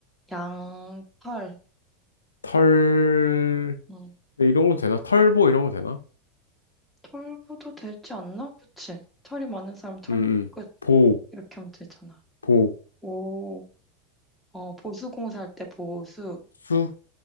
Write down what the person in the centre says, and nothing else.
양털.
음,
털보도 되지 않나? 그치? 털이 많은 사람 털보
끝.
이렇게 하면 되잖아.
오, 어, 보수공사 할 때 보수.